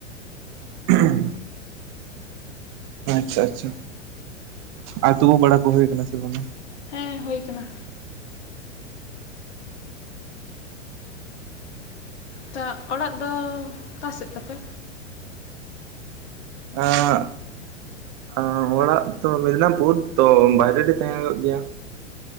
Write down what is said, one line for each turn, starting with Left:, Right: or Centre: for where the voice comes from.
Right: ᱦᱮᱸ ᱟᱪᱪᱷᱟ ᱟᱪᱪᱷᱟ ᱟᱨ ᱛᱩᱯᱩ ᱵᱟᱲᱟ ᱠᱚ ᱦᱩᱭ ᱠᱟᱱᱟ ᱥᱮ ᱵᱟᱝ ᱼᱟ
Left: ᱦᱮ ᱦᱩᱭ ᱠᱟᱱᱟ ᱛᱟ ᱚᱲᱟᱜ ᱫᱚ ᱚᱠᱟ ᱥᱮᱫ ᱛᱟᱯᱮ
Right: ᱟᱜ ᱟᱸ ᱚᱲᱟᱜ ᱛᱚ ᱢᱮᱫᱽᱱᱟᱯᱩᱨ ᱛᱚ ᱵᱟᱭᱨᱮ ᱨᱮ ᱛᱟᱸᱦᱮ ᱦᱩᱭᱩᱜ ᱜᱮᱭᱟ